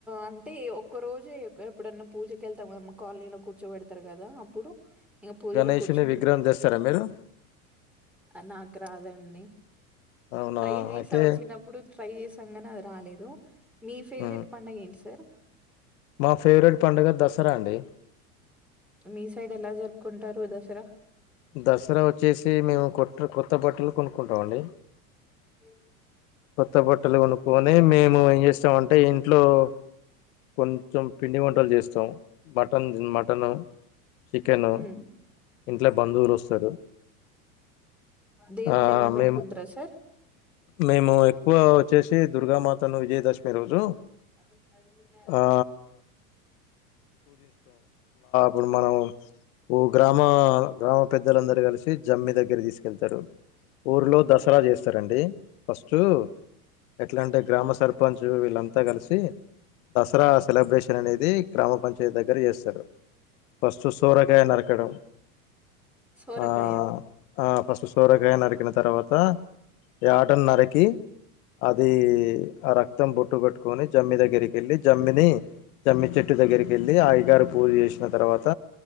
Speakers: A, in the centre; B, on the left.
A: అంటే ఒక్క రోజే ఎప్పుడన్నా పూజకెళ్తాం కదమ్మ కాలనీలో కూర్చోబెడతారు కదా అప్పుడు ఇంకా పూజలో
B: గణేషుని
A: కూర్చుంటు
B: విగ్రహం తెస్తారా మీరు
A: నాకు రాదండి
B: అవునా
A: ట్రై చేసాము
B: అయితే
A: చిన్నప్పుడు ట్రై చేసాం కానీ అది రాలేదు మీ ఫేవరెట్
B: ఉమ్
A: పండు గ ఏంటి సార్
B: మా ఫేవరెట్ పండుగ దసరా అండి
A: మీ సైడ్ ఎలా జరుపుకుంటారు దసరా
B: దసరా వచ్చేసి మేము కొత్ కొత్త బట్టలు కొనుక్కుంటాం అండి
A: ఇ
B: కొత్త బట్టలు కొనుకోని మేము ఏం చేస్తామంటే ఇంట్లో కొ కొంచెం పిండి వంటలు చేస్తాం మటన్ మటను చికెను
A: హ్మ్.
B: ఇంట్లో బంధువులు వస్తారు
A: దేవుని
B: ఆ
A: ఏమైనా పెట్టుకుంటారా
B: మేము
A: సార్
B: మేము ఎక్కువ వచ్చేసి దుర్గామాతను విజయదశమి రోజు
A: అడ క
B: ఆ అపుడు మనం ఓ గ్రామ గ్రామ పెద్దలందరూ కలిసి జమ్మి దగ్గర తీసుకెళ్తారు ఊర్లో దసరా చేస్తారండి ఫస్ట్ ఎట్ల అంటే గ్రామ సర్పంచ్ వీళ్ళంతా కలిసి దసరా సెలబ్రేషన్ అనేది గ్రామ పంచాయత్ దగ్గర చేస్తారు ఫస్ట్ సోరగాయ నరకడం
A: సోరకాయ
B: ఆ ఆ ఫస్ట్ సొరకాయ నరికిన తర్వాత యాటన్ నరికి అది ఆ రక్తం బొట్టు కట్టుకొని జమ్మి దగ్గరికెళ్ళి జమ్మిని జమ్మి చెట్టు దగ్గరికెళ్ళి ఆ గ పూజ చేసిన తర్వాత